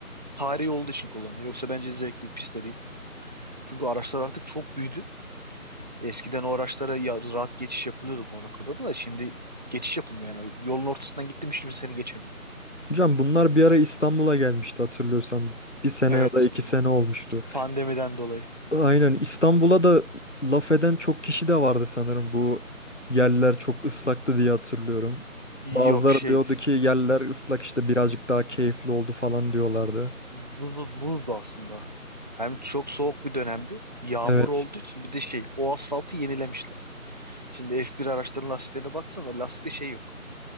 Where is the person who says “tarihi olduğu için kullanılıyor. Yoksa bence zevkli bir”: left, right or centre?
Right